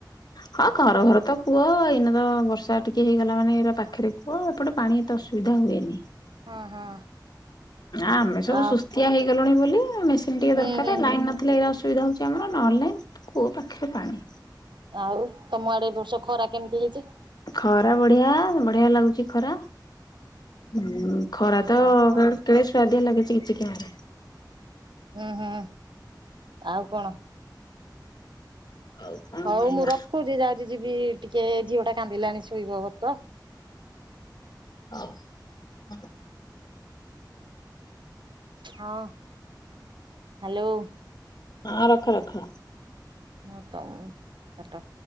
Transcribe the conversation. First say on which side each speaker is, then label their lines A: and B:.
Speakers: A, on the left; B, on the right.
A: ହଁ ଘର ଘର ତ କୁଅ ଏଇନ ତ ବର୍ଷା ଟିକେ ହେଇଗଲା ମାନେ ଏ ପାଖରେ କୁଅ ଏପଟେ ପାଣି ଏ ତ ଅସୁବିଧା ହୁଏ ନି।
B: ହଁ ହଁ
A: ଆମେ ସବୁ
B: ଆ
A: ସୁସ୍ଥିଆ ହେଇଗଲୁଣି ବୋଲି ମେସିନ୍ ଟିକେ
B: ହୁଁ
A: ଦରକାର
B: ହୁଁ
A: ଲାଇନ୍
B: ହୁଁ।
A: ନଥିଲେ ଏଇ ଅସୁବିଧା ହେଉଛି ଆମର ନହେଲେ କୁଅ ପାଖରେ ପାଣି
B: ଆଉ ତମ ଆଡ଼େ ଏ ବର୍ଷ ଖରା କେମିତି ହେଇଛି।
A: ଖରା ବଢ଼ିଆ ବଢ଼ିଆ ଲାଗୁଛି ଖରା ହୁଁ ଖରା ତ
B: ଓହୋ
A: କେଡ଼େ ସୁଆାଦିଆ ଲାଗିଛି କିଛି କିରେ
B: ହୁଁ ହୁଁ ଆଉ କଣ
A: ଆଉ କଣ
B: ହଉ
A: କହିବା
B: ମୁଁ ରଖୁଛି ଯାଉଛି ଯିବି ଟିକେ ଝିଅ ଟା କାନ୍ଦିଲାଣି ଶୋଇବବ ତ
A: ହଉ ହ
B: ହଁ ହ୍ୟାଲୋ
A: ହଁ ରଖ ରଖ
B: ହଁ ତ ମୁଁ କାଟ